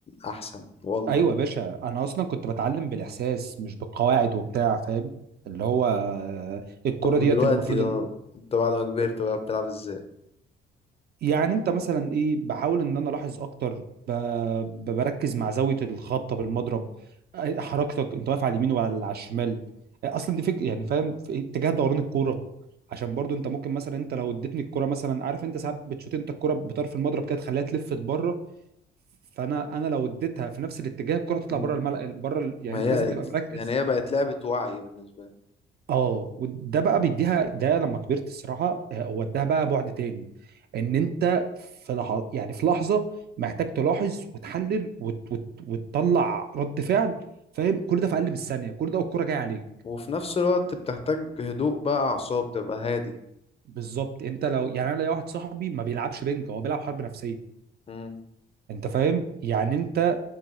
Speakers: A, on the left; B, on the right.
A: احسن وانقى
B: ايوه يا باشا انا اصلا كنت بتعلم بالاحساس مش بالقواعد وبتاع فاهم اللي هو آه، الكرة
A: طب
B: ديت
A: ودلوقتي
B: المفروض
A: ده
B: إن-
A: انت بعد ما كبرت بقى بتلعب ازاي
B: يعني انت مثلا ايه بحاول ان انا الاحظ اكتر ب- ب- بركز مع زاوية الخبطة بالمضرب آه، حركتك انت واقف على اليمين ولا على الشمال آه، اصلا دي فكرة يعني فاهم في اتجاه دوران الكورة عشان برضو انت ممكن مثلا انت لو اديتني الكرة مثلا عارف انت ساعات بتشوت انت الكرة بطرف المضرب كده تخليها تلف بره فانا انا لو اديتها في نفس الاتجاه الكرة هتطلع
A: مم.
B: بره الملعب بره ال- يعني
A: ما
B: انت
A: هي
B: لازم تبقى مركز
A: يعني هي بقت لعبه وعي بالنسبه لي
B: اه وده بقى بيديها ده لما كبرت الصراحه آه، وداها بقى بعد تاني ان انت في لحظه يعني في لحظه محتاج تلاحظ وتحلل وت... وت... وتطلع رد فعل فاهم كل ده في اقل من الثانيه كل ده والكوره جايه عليك
A: وفي نفس الوقت بتحتاج هدوء بقى اعصاب تبقى هادي
B: بالظبط انت لو يعني انا ليا واحد صاحبي ما بيلعبش بنك هو بيلعب حرب نفسيه
A: مم.
B: انت فاهم يعني انت